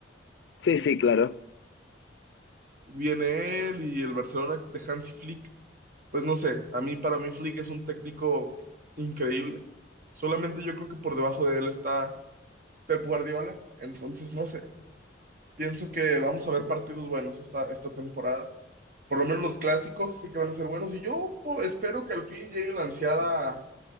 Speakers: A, on the left (about 65°); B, on the right (about 50°).
A: sí, sí, claro.
B: Viene él y el Barcelona de Hansi Flick. Pues no sé, a mí para mí Flick es un técnico increíble. Solamente yo creo que por debajo de él está Pep Guardiola, entonces no sé. Pienso que vamos a ver partidos buenos esta, esta temporada. Por lo menos los clásicos sí que van a ser buenos y yo po, espero que al fin llegue la ansiada